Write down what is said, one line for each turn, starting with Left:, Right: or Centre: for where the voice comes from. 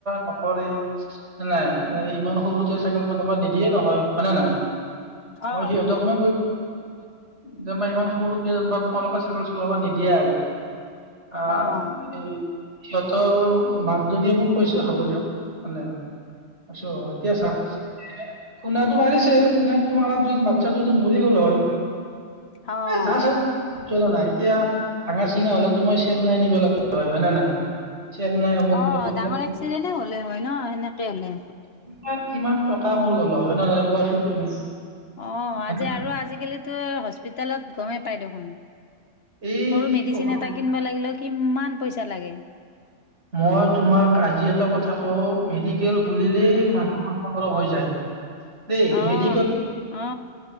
Right: নকৰে নাই ইমান সৰুতে চাইকেল
Left: অ',
Right: চলাব নিদিয়ে নহয় হয় ন নহয়
Left: অ',
Right: মই সিহঁতক মই কৈছো যা ইমান সৰু <inaudible> অঁ লগত চা <unintelligible> ল'ব নিদিয়ে আৰু, আ
Left: অ',
Right: এই সিহঁতৰ মাকজনীয়ে মোক কৈছে হ'ব দিয়ক মানে আছোঁ আৰু এতিয়া চাওক, খুনাটো মাৰিছে খুণাটো মাৰ দিন বাচ্ছাটো মৰি গ'ল হয়,
Left: অ', অ'।
Right: এই যা চ এতিয়ালে নাই এতিয়া ভাঙা চিঙা হ'লেতো মই চেন্নাই নিব লাগিব, হয় নে নাই। চেন্নাই অমুক
Left: অঁ
Right: তমুক এইবিলাক
Left: ডাঙৰ এক্সিডেণ্টে হ'লে হয় ন সেনেকে হ'লে।
Right: কিমান কিমান টকা মোৰ গ'ল হয় হয় নে নহয় কোৱাচোন তুমি
Left: অঁ
Right: হয়
Left: আজি
Right: না?
Left: আৰু আজিকালিতো হস্পিতেলত গমে পাই দেখোন।
Right: এই
Left: সৰু
Right: কি
Left: মেডিচিন
Right: কবা
Left: এটা কিনবা লাগিলেও কিমান পইচা লাগে।
Right: মই তোমাক আজি এটা কথা কওঁ, <unintelligible> মেডিকেল বুলিলেই
Left: উম উম
Right: মানুহৰ মাথা গৰম হৈ যায় দেই
Left: অ
Right: মেডিকল
Left: অ